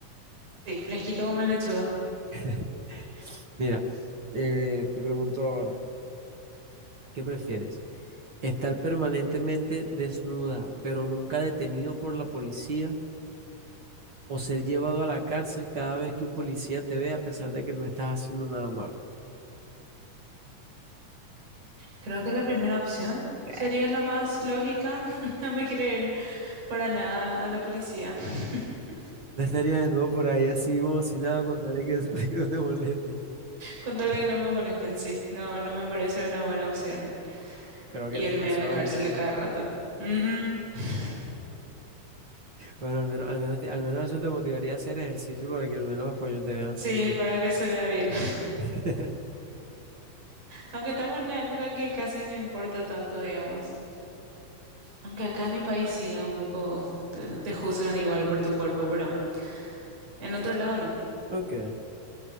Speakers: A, on the right (about 55°); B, on the right (about 35°).
A: Sí, fresquito como lechuga.
B: <laughs> Mira, eh, te pregunto ahora, ¿qué prefieres? ¿Estar permanentemente desnuda, pero nunca detenido por la policía? ¿O ser llevado a la cárcel cada vez que un policía te ve a pesar de que no estás haciendo nada malo?
A: Creo que la primera opción
B: <laughs>
A: sería la más lógica. <laughs> No me quiero ir para nada a la policía. <laughs>
B: No estarías desnudo por ahí así como si nada, con tal de que, <laughs> que no te moleste.
A: Con tal de que no me molesten, sí. No, no me parece una buena opción
B: Creo que
A: irme
B: eres demasiado
A: a la cárcel
B: valiente.
A: a cada rato. Ujú. <laughs>
B: Bueno, al menos, al menos, al menos eso te motivaría a hacer ejercicio para que al menos, coño, te vean
A: Sí,
B: fina.
A: para que se vea bien.
B: <laughs>
A: Aunque estamos en una época que casi no importa tanto, digamos. Aunque acá en mi país sí, es un poco te, te juzgan igual por tu cuerpo, pero en otro lado no.
B: Ok.